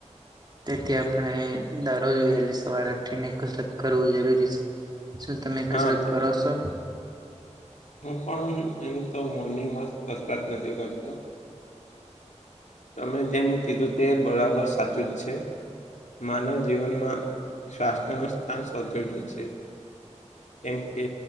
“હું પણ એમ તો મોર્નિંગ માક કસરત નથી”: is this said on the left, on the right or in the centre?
Left